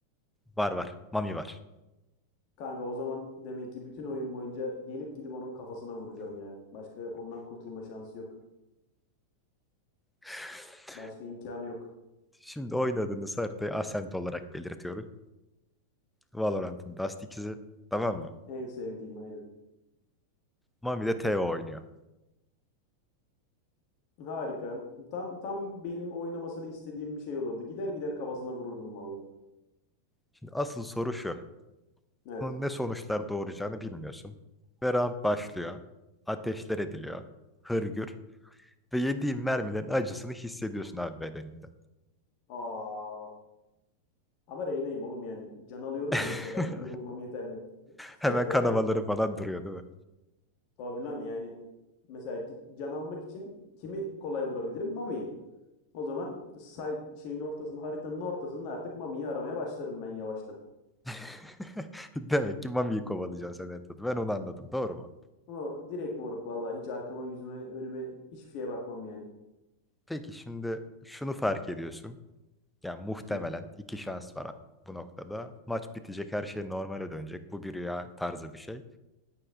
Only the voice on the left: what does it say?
Kanka o zaman demek ki bütün oyun boyunca gelip gidip onun kafasına vuracağım ya. Başka ondan kurtulma şansı yok.
Başka imkanı yok.
En sevdiğim aynen.
Harika. Tam tam benim oynamasını istediğim bir şey olurdu. Gider gider kafasına vururdum vallahi.
Evet.
Aa. Ama Reyna'yım oğlum yani. Can alıyorum
ya mesela birini vurmam yeterli.
<laughs>
Tabii lan yani. Mesela gi- can almak için kimi kolay vurabilirim? Mami'yi. O zaman say şeyin ortasında, haritanın ortasında artık Mami'yi aramaya başlarım ben yavaştan.
Ama direkt moruk vallahi hiç arkama, yüzüme, önüme hiçbir şeye bakmam yani.
Hı,